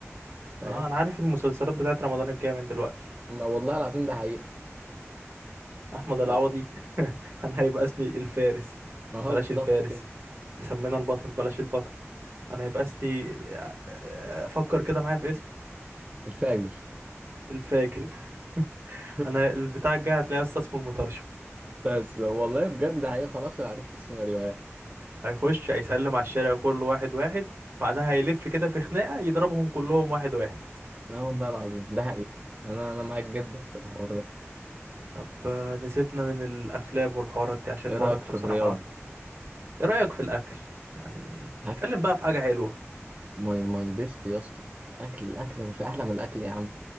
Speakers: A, on the right; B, on the right.
A: فاهم
B: اه انا عارف المسلسلات بتاعت رمضان الجايه من دلوقتي
A: ما والله العظيم ده حقيقة
B: احمد العوضي
A: ف...
B: <laughs> انا هيبقى اسمي الفارس
A: اهو
B: بلاش
A: بالظبط
B: الفارس
A: كده
B: سمينا البطل بلاش البطل انا هيبقى اسمي <laughs> فكر كده معايا في اسم
A: الفاجر
B: الفاجر <laughs>
A: <laughs>
B: انا البتاع الجاي هتلاقيه اصلا اسمه المطرشم
A: بس والله بجد ده حقيقة خلاص انا عرفت السيناريوهات
B: هيخش هيسلم على الشارع كله واحد واحد بعدها هيلف كده في خناقة يضربهم كلهم واحد واحد
A: لا والله العظيم ده حقيقة انا انا معاك جدا في الحوار ده
B: طب آه، نسيبنا من الافلام والحوارات دي عشان
A: ايه
B: حوارات
A: رأيك في
B: ده بصراحة
A: الرياضة
B: ايه رأيك في الاكل يعني
A: اكل
B: نتكلم بقى في حاجة حلوة
A: ماي ماي بيست يا اسطى الاكل الاكل هو في احلى من الاكل يا عم